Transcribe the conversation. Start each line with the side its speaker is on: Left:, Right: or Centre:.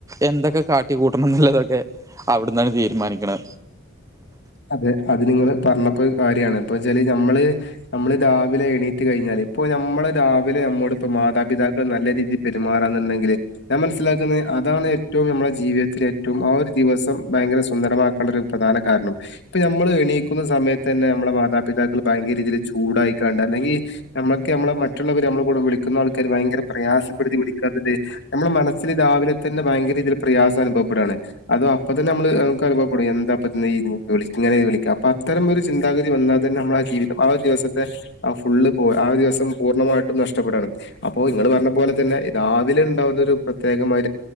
Right: എന്തൊക്കെ കാട്ടി കൂട്ടണം ന്നുള്ളതൊക്കെ അവിടുന്നാണ് തീരുമാനിക്ക്ണെ
Left: അതെ അത് നിങ്ങള് പറഞ്ഞപ്പോ കാര്യണ് ഇപ്പച്ചാല് നമ്മള് നമ്മള് രാവിലെ എണീറ്റ് കഴിഞ്ഞാല് ഇപ്പ നമ്മളെ രാവിലെ നമ്മുടെ ഇപ്പോ മാതാപിതാക്കൾ നല്ല രീതിയി പെരുമാറന്നുണ്ടെങ്കില് ഞാൻ മനസ്സിലാക്കുന്നത് അതാണ് ഏറ്റവും നമ്മളുടെ ജീവിതത്തിൽ ഏറ്റവും ആഹ് ഒരു ദിവസം ഭയങ്കര സുന്ദരമാക്കാണ്ടെ ഒരു പ്രധാന കാരണം ഇപ്പ നമ്മള് എണീക്കുന്ന സമയത്ത് തന്നെ നമ്മളെ മാതാപിതാക്കൾ ഭയങ്കര രീതിയിൽ ചൂടായിക്കാണ്ട് അല്ലെങ്കി നമ്മക്ക് നമ്മൾ മറ്റുള്ളവര് നമ്മളെ കൂടെ വിളിക്കുന്ന ആൾക്കാര് ഭയങ്കര പ്രയാസപ്പെടുത്തി വിളിക്കാത്തത് നമ്മുടെ മനസ്സില് രാവിലെ തന്നെ ഭയങ്കര രീതിയിൽ പ്രയാസം അനുഭവപ്പെടണ് അതോ അപ്പ തന്നെ നമ്മൾ നമക്ക് അനുഭവപ്പെടും എന്താപ്പ ഈ ഇങ്ങനെ വിളിക്ക അപ്പ അത്തരം ഒരു ചിന്താഗതി വന്നാൽ തന്നെ നമ്മളെ ആഹ് ജീവിതം ആ ഒരു ദിവസത്തെ ആ ഫുള്ള് പോ ആ ഒരു ദിവസം പൂർണ്ണമായിട്ടും നഷ്ടപ്പെടാണ് അപ്പൊ ഇങ്ങള് പറഞ്ഞ പോലെ തന്നെ രാവിലെ ഉണ്ടാവുന്നൊരു പ്രത്യേകമായ